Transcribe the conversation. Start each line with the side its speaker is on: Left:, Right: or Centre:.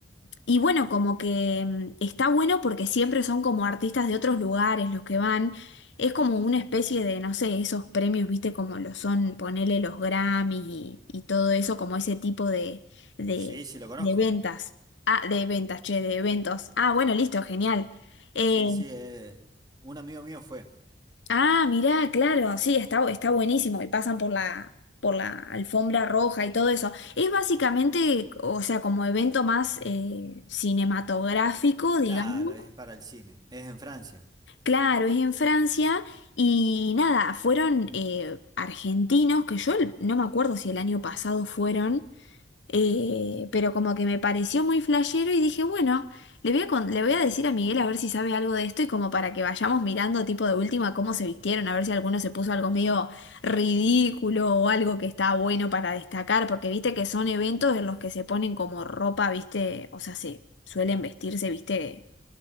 Left: y bueno, como que mm, está bueno porque siempre son como artistas de otros lugares los que van. Es como una especie de, no sé, esos premios, viste, como lo son, ponele los Grammys y, y todo eso, como ese tipo de, de,
Right: Sí, sí, lo conozco.
Left: de ventas. Ah, de ventas, che, de eventos. Ah, bueno, listo, genial. Eh,
Right: Sí, sí, eh, un amigo mío fue.
Left: Ah, mirá, claro, sí, está, está buenísimo y pasan por la, por la alfombra roja y todo eso. Es básicamente, o sea, como evento más eh, cinematográfico, digamos.
Right: Claro, es para el cine, es en Francia,
Left: Claro, es en Francia y nada, fueron eh, argentinos, que yo el- no me acuerdo si el año pasado fueron. Eh, pero como que me pareció muy flashero y dije, bueno, le voy a, con- le voy a decir a Miguel a ver si sabe algo de esto y como para que vayamos mirando tipo de última cómo se vistieron, a ver si alguno se puso algo medio ridículo o algo que está bueno para destacar, porque viste que son eventos en los que se ponen como ropa, viste, o sea, se suelen vestirse, viste,